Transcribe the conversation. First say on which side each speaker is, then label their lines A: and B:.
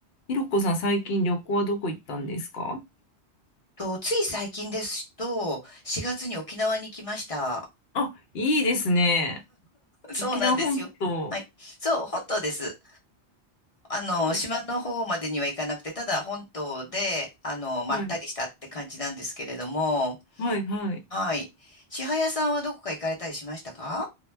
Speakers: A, on the left; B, on the left.
A: ひろこさん、最近旅行はどこ行ったんですか
B: と、つい最近ですと、4月に沖縄に来ました。
A: あ、いいですね。
B: そうなんですよ。
A: 沖縄本島。
B: はい。そう、本島です。あの、
A: は
B: 島の方までには行かなくて、ただ本島で、あの、まったりしたって感じなんですけれども、
A: い。はい、はい。
B: はい。千早さんはどこか行かれたりしましたか